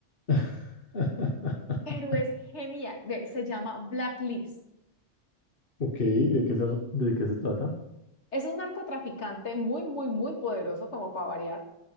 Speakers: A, on the left (about 45°); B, on the left (about 65°).
A: <laughs>
B: pero es genial, ve, se llama Blacklist.
A: Ok, ¿de qué se, de qué se trata?
B: Es un narcotraficante muy, muy, muy poderoso, como para variar,